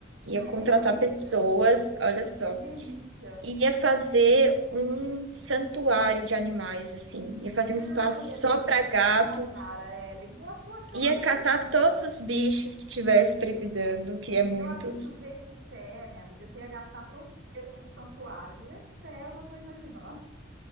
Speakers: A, on the right; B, on the right.
A: ia
B: Ah,
A: contratar
B: é, amiga?
A: pessoas, olha só,
B: Que delícia.
A: ia fazer um santuário de animais, assim, ia fazer
B: Ai,
A: um espaço só
B: é verdade.
A: para gato,
B: É a sua cara, Ellen. É a sua cara
A: ia catar
B: isso.
A: todos os bichos que tivesse precisando, que é muitos.
B: Eu acho que do jeito que você é, minha amiga, você ia gastar todo o dinheiro no santuário. Do jeito que você é, eu já estou imaginando.